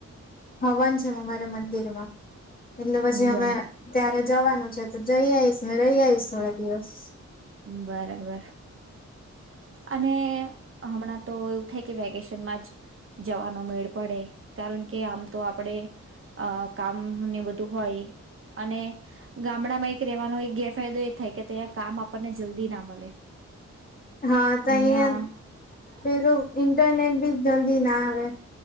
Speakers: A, on the left; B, on the right.
A: હવન છે અમારે મંદિરમાં. એટલે પછી
B: હ બર
A: અમે ત્યાં જવાનું છે. તો જઈ આવીઈશ મે રહી આવીઈશ થોડા દિવસ.
B: બરાબર, અને હમણાં તો થ કે વેકેશનમાં જ જવાનો મેળ પડે કારણ કે આમ તો આપણે અ કામ ને બધું હોય અને ગામડામાં એક રહેવાનો ગેરફાયદો એ થાય કે ત્યાંયા કામ આપ આપણને જલ્દી ના મળે.
A: હા ત
B: અહિયાં
A: અં પેરો ઇંન્ટરનેટ બી જલ્દી ના આવે.